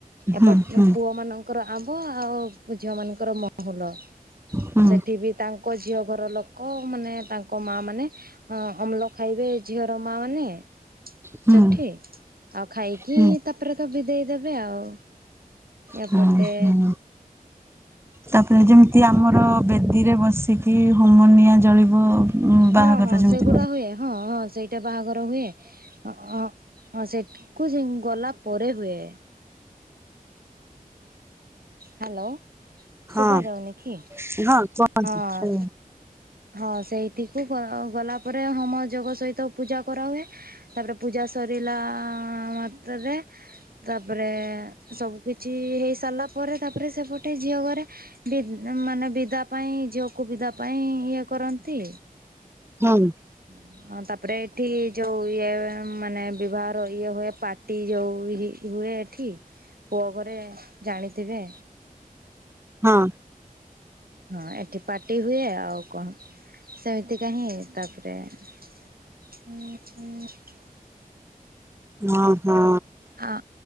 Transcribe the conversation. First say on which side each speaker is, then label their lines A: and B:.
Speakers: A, on the right; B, on the right.
A: ହୁଁ
B: ଏପଟ୍
A: ହୁଁ
B: ପୁଅ ମାନଙ୍କର ଆମ୍ବ ଆଉ ଝିଅ ମାନଙ୍କର ମ ହୁଲ ସେଠି
A: ହୁଁ
B: ବି ତାଙ୍କ ଝିଅ ଘର ଲୋକୋ ମାନେ ତାଙ୍କ ମା ମାନେ ଅଁ ଅମ୍ଳ ଖାଇବେ ଝିଅର ମା ମାନେ
A: ହୁଁ
B: ସେଠି। ଆଉ ଖାଇକି
A: ହୁଁ
B: ତାପରେ ତ ବିଦେଇ ଦେବେ ଆଉ ଏପଟେ
A: ହଁ ହଁ। ତାପରେ ଯେମିତି ଆମର ବେଦିରେ ବସିକି ହୋମୋନିଆଁ ଜଳିବ।
B: ହଁ
A: ବାହାଘର
B: ହଁ
A: ଯେମିତି
B: ସେଗୁଡା ହୁଏ ହଁ ହଁ ସେଇଟା ବାହାଘର ହୁଏ। <unintelligible> ହଁ ସେଠିକୁ ଯାଇଁ ଗଲା ପରେ ହୁଏ। ହାଲୋ
A: ହଁ
B: ଶୁଭାଯାଉନି କି
A: ହଁ କୁହନ୍ତୁ
B: ହଁ।
A: ହୁଁ
B: ହଁ ସେଇଟିକୁ ଗ ଗଲା ପରେ ହମୋ ଯୋଗ ସହିତ ପୂଜା କରାହୁଏ। ତାପରେ ପୂଜା ସରିଲା। ଆଁ ମାତ୍ରାରେ ତାପରେ ସବୁ କିଛି ହେଇସାରିଲା ପରେ ତାପରେ ସେପଟେ ଝିଅ ଘରେ ବିଦ୍ ମାନେ ବିଦା ପାଇଁ ଝିଅକୁ ବିଦା ପାଇଁ ଇଏ କରନ୍ତି।
A: ହଁମ।
B: ହୁଁ। ଅଁ ତାପରେ ଏଠି ଯୋଉ ଇଏ ମାନେ ବିବାହର ଇଏ ହୁଏ ପାର୍ଟି ଯୋଉ ହି ହୁଏ। ଠୀ ପୁଅ ଘରେ ଜାଣିଥିବେ।
A: ହଁ।
B: ହଁ ଏଠି ପାର୍ଟି ହୁଏ ଆଉ କଣ ସେମିତିକା ହିଁ ତାପରେ <unintelligible>
A: ମହଁ।
B: ଆଁ